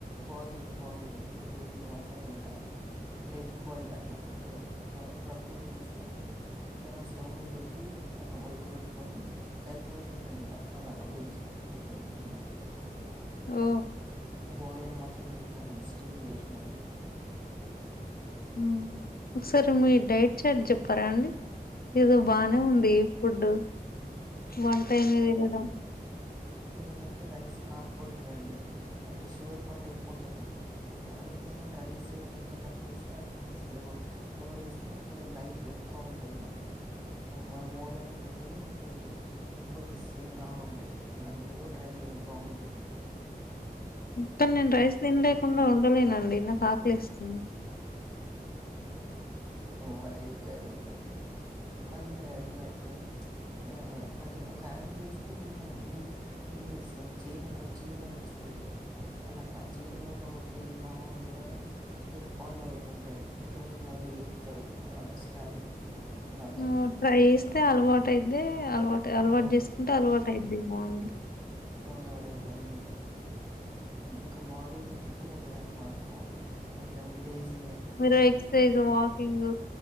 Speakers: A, on the right (about 25°); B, on the left (about 65°).
A: బయిల్డ్ బయల్డ్ పెట్టి నేను మాత్రమే తింటాను ఇప్పుడు ఎగ్ బాయిల్ అట్ల ఉంటయి కదా అట్లా బ్ర్రాక్లీ ఏం చేస్తాం అంటే ఆ స్టవ్ మీద పెట్టి ఉడకబెట్టుకొని అయితే తింటనిగ అలాగా వెజ్ మొత్తం మీగ
B: ఓ
A: బాయిల్డ్ మాత్రం తింటానిఘా స్టీమ్ చేసినవి
B: ఉ ఒకసారి
A: హ్మ్
B: మీ డైట్ చార్ట్ చెప్పారా అండి ఏదో బానే ఉంది ఫుడ్
A: హ్మ్
B: వంటై ఏ తినడం
A: ఎందంటే రైస్ కార్బహైడ్రేట్ అండి అందులో షుగర్ ఎక్కు ఉంటంది అంటే అందుకోసం రైస్ ఎంత తక్కువ వేస్తే అంత మంచిది అ మ కొంచం లైన్ ఎక్కవ ఎమ్ మనం ఓలేన కొద్దీ ఇదేంటి ఎక్కువ సేమ్ రావండి అలాగ మీరు ట్రై చేయండి బాగుంటది
B: కానీ నేను రైస్ తినలేకుండా ఉండలేనండి నాకు ఆకలిస్తుంది
A: మ మళ <inaudible> రురు అది ఎట్లా ఇప్పుడు అది ఒక హమెడీ అది అట్లా ఇప్పుడు అదీ ఒక అవిడ చేస్తే మీకు మీకు తెలుస్తు చేంజ్ ఒకటి చేంజ్ అనిపిస్తుంది అలా ఆ చేంజ్ వల్ల ఒకే ఇది బాగుంది కదాని మీరు ఫాలో అవు తింటారు ఇంకా మీరు నలుగురు చెప్తారు అలాగా స్టాలిన్ లాగా
B: ఉమ్ టైస్టే అలవాట్ టేతే అలవాటు అలవాటు
A: ఆ
B: చేసుకుంటే అలవాటు అయిది మంది
A: ఆ రైతే ఇంకా ఇంకా బాడీ ఫిట్గ ఉంటది అండి మనకు ఇట్ల లేజీ
B: మీరు ఎక్ససైజ్ వాకింగ్